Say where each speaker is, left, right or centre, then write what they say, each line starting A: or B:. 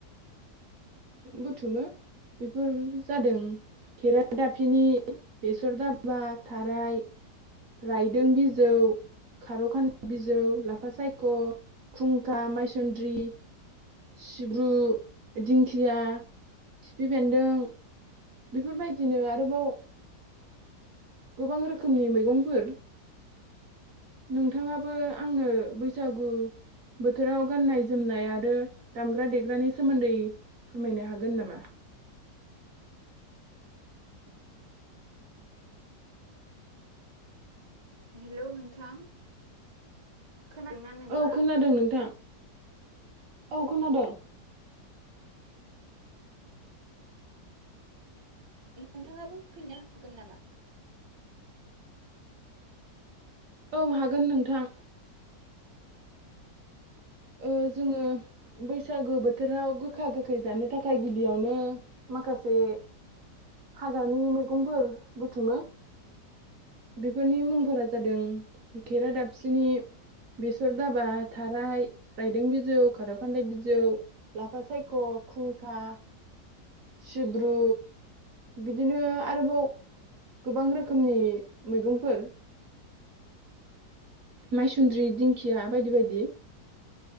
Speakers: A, on the right; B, on the right.
A: बुथुमो बेफोर जादों खेरादाफिनि बेसर दाबा थाराय रायदों बिज बिजौ खारौखानि बिजौ ला लाफा सायख' खुंखा माइसन्द्रि सिब्रु, दिंखिया, खिफि बेन्दों, बेफोर बायदिनो आरोबाव गोबां रोखोमनि मैगंफोर नोंथांङाबो आंनो बैसागु बोथोराव गाननाय - जोमनाय आरो दामग्रा - देग्रानि सोमोन्दै फोरमायनो हागोन नामा?
B: हेलौ नोंथां खोनादोंना नोंथाङा?
A: औ खोनादों नोंथां औ खोनादों
B: नोंथांङा बुंफिननो हागोन नामा?
A: औ हागोन नोंथां ओ जोंङो बैसागु बोथोराव गोखा - गोखै जानो थाखाय गिबियावनो माखासे हाग्रानि मैगंफोर बुथुमो बेफोरनि मुंफोरा जादों खेरादाफिनि, बेसर दाबा, थाराय रायदों बिजौ, खारौ खान्दाय बिजौ, लाफा सायख', खुंखा, सिब्रु, बिदिनो आरोबाव गोबां रोखोमनि मैगंफोर माइसुन्द्रि, दिंखिया बायदि बायदि।